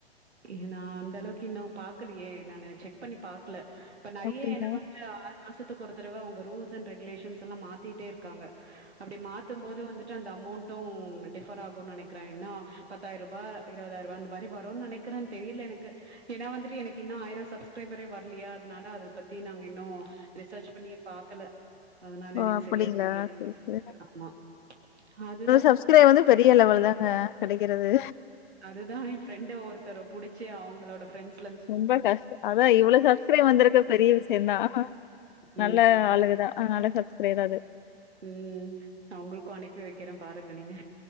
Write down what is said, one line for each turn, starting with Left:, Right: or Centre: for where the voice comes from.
Right: ஹீ நா அந்த அளவுக்கு இன்னு பாக்கலேயே நானு செக் பண்ணி பாக்கல இப்ப நெறைய
Left: அப்டிங்களா?
Right: என்ன வந்து த ஆறு மாசத்துக்கு ஒரு தடவ அவுங்க ரூல்ஸ் அண்ட் ரெகுலேஷன்ஸ் எல்லா மாத்திட்டே இருக்காங்க அப்டி மாத்து போது வந்துட் டு அந்த அமொண்டும் டிஃபர் ஆகுனு நெனக்கிறே என்ன பத்தாயிருபா இருவதாயிருபா அந்த மாரி வருன் நெனை க்கிறே தெரில எனக்கு ஏனா வந்துட்டு எனக்கு இன்னு ஆயிரோ சப்ஸ்க்ரைபரே வர்லையா அதனால அத பத்தி நாங்க இன்னு ரிசர்ச் பண்ணியே பாக்கல அதனால
Left: ஓ!
Right: எனக்கு
Left: அப்படிங்களா?
Right: சரியா தெரியலன்
Left: சரி,
Right: சொன்னே
Left: சரி.
Right: இதுக்கு ஆமா அதுதா
Left: சப்ஸ்கிரைப் வந்து பெரிய லெவல் தாங்க கெடைக்கிறது
Right: அதுதா என் ஃப்ரெண்ட்ட ஒருத்தர புடிச்சி அவுங்களோட ஃப்ரெண்ட்ஸ்
Left: ரொம்ப கஷ்டோ அதா இவ்ளோ சப்ஸ்க்ரைப்
Right: பண்ண
Left: வந்துருக்கு
Right: சொல்லிட்டு,
Left: பெரிய விஷ்யதா நல்ல
Right: ம்.
Left: ஆளுகதா அதுனால ஸப்ஸ்க்ரைராரு
Right: ம் நா உங்களுக்கு அனுப்பி வைக்கிற பாருங்க நீங்க